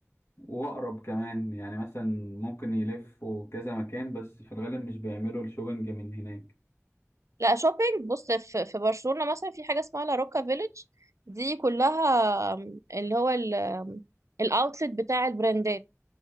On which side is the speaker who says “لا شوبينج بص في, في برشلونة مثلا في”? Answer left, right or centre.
Right